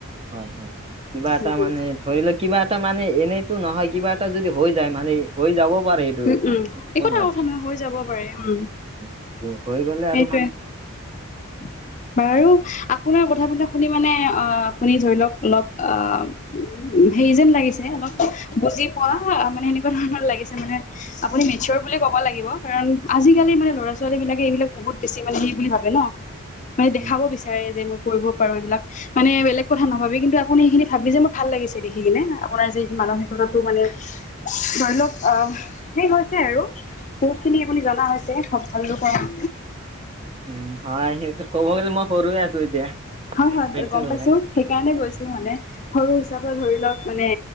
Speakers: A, on the right; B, on the left.
A: হয় হয় কিবা এটা
B: উম
A: মানে ধৰি লওক কিবা এটা। তা মানে এনেইতো নহয় কিবা এটা যদি হৈ যায় মানে হৈ যাব। পাৰে সেইটো
B: উম
A: মানে
B: উম
A: এইটো ক'ব
B: একোটা
A: নোৱাৰি
B: কথা নহয় হৈ যাব পাৰে উম
A: উম, সেইটো হৈ গ'লে
B: সেইটোৱে।
A: আৰু মানে
B: উ <unintelligible> বাৰু আপোনাৰ কথাবিলাক শুনি মানে অ আপুনি ধৰি লওক অলপ আ। উ হেৰি যেন লাগিছে অলপ বুজি পোৱা মানে সেনেকুৱা ধৰণৰ লাগিছে মানে। আপুনি মেছিয়ৰ বুলি ক'ব লাগিব কাৰণ আজিকালি মানে লৰা ছোৱালী বিলাকে এইবিলাক বহুত বেছি মানে হেৰি বুলি ভাবে। ন মানে দেখাব
A: উম
B: বিচাৰে যে মোক। কৰিব পাৰো এইবিলাক মানে বেলেগ কথা নাভাবি কিন্তু আপুনি সেইখিনি ভাবি যে মোক ভাল লাগিছে দেখি কিনে আপোনাৰ যে। মানসিকতাটো মানে ধৰি লওক আহ। সেই হৈছে আৰু বহুত খিনি আপুনি জনা হৈছে সব ভালো কৰা।
A: উম হয় সেই ক'ব গ'লে মই সৰুয়ে আছো এতিয়া।
B: হয় হয়
A: বেচাৰ
B: গম পাইছো
A: হোৱাই নাই
B: সেইকাৰণে কৈছো মানে সৰু হিচাপে। ধৰি লওক মানে